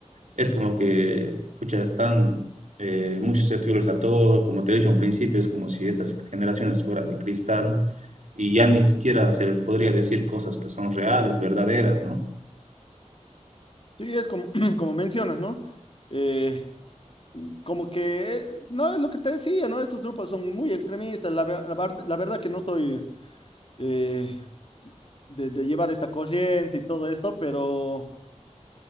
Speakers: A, on the right (about 70°); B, on the left (about 45°).
A: es como que, pucha, están eh, muy susceptibles a todo, como te dije dicho en principio, es como si estas generaciones fueran de cristal y ya ni siquiera se les podría decir cosas que son reales, verdaderas, ¿no?
B: Sí, es como, <clears throat> como mencionas, ¿no? Eh, como que, eh, no es lo que te decía, ¿no? Estos grupos son muy extremistas, la, ver- la var- la verdad que no estoy eh, de, de llevar esta corriente y todo esto, pero,